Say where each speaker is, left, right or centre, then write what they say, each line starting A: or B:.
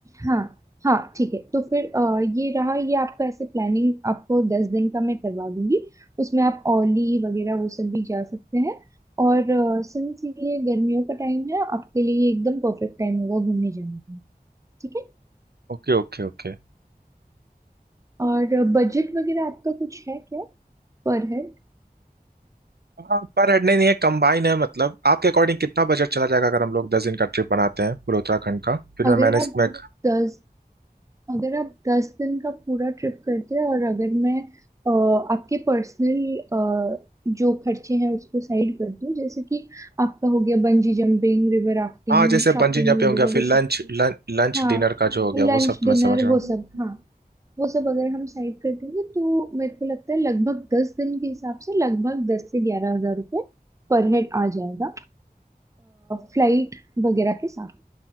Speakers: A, on the right (about 20°); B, on the right (about 85°).
A: हाँ हाँ ठीक है तो फिर अ, ये रहा ये आपका ऐसे प्लानिंग आपको दस दिन का मैं करवा दूंगी उसमें आप औली वगैरह वो सब भी जा सकते हैं और सिंस ये गर्मियों का टाइम है आपके लिए ये एकदम परफेक्ट टाइम होगा घूमने जाने का ठीक है
B: Okay okay okay
A: और बजट वगैरह आपका कुछ है क्या पर हेड
B: हाँ पर हेड नहीं नहीं, ये कंबाइन है मतलब आपके अकॉर्डिंग कितना बजट चला जाएगा अगर हम लोग दस दिन का ट्रिप बनाते हैं पूरे उत्तराखंड का फिर
A: अगर
B: मैं मैनेज
A: आप
B: मैं
A: दस अगर आप दस दिन का पूरा ट्रिप करते हैं और अगर मैं अ, आपके पर्सनल जो खर्चे हैं उसको साइड कर दूं जैसे कि आपका हो गया bungee jumping river rafting
B: हाँ जैसे
A: shopping
B: बंजी जंपिंग
A: वगैरह
B: हो गया फिर
A: वो
B: लंच
A: सब
B: लंच
A: हाँ
B: डिनर का जो हो गया
A: लंच
B: वो सब तो
A: डिनर
B: मैं समझ रहा
A: वो
B: हूँ
A: सब हाँ वो सब अगर हम साइड कर देंगे तो मेरे को लगता है लगभग दस दिन के हिसाब से लगभग दस से ग्यारह हजार रुपये पर हेड आ जाएगा फ्लाइट वगैरह के साथ